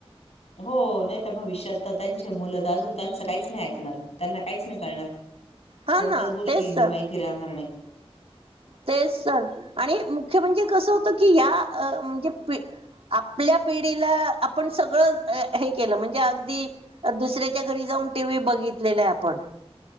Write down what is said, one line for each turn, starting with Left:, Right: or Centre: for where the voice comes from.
Left: हो नाही तर भविष्यात तर त्यांचे मुलं तर अजून, त्यांचं काहीच नाही ऐकणार त्यांना काहीच-ंं नाही कळणार
Right: हा
Left: कोणत्याच
Right: ना
Left: गोष्टी
Right: तेच तर
Left: माहिती राहणार नाहीत.
Right: तेच सण आणि मुख्य म्हणजे कसं होतं की, या ह म्हणजे पि - आपल्या पिढीला आपण सगळं हे केलं म्हणजे अगदी- दुसऱ्याच्या घरी जाऊन टीव्ही बघितलेला आहे आपण